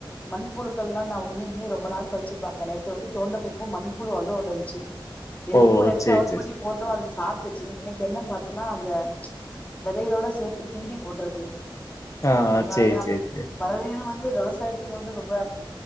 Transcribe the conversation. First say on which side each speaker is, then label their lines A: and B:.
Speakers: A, on the left (about 20°); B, on the left (about 35°).
A: மண்புழுக்கள் எல்லா நா உண்மைக்குமே ரொம்ப நாள் கழுச்சு பாக்குற நேத்து வந்து தோண்டப்பூப்பு மண்புழு அவ்ளோவு இருந்துச்சு இருக்கப்போ
B: ஓ
A: எடுத்து
B: சேரி
A: அவுட்
B: சேரி
A: பண்ணி போட்டோ அதுஸ் சாப்டுச்சு இன்னிக்கு என்ன் பாத்து இன்னு அந்த வெதைகளோட சேத்து கிண்டி போட்ருக்கு
B: ஆ
A: அதனாலதா
B: சேரி சேரி சேரி
A: பறவைகள் வந் து விவசாயத்துக்கு வந்து ரொம்ப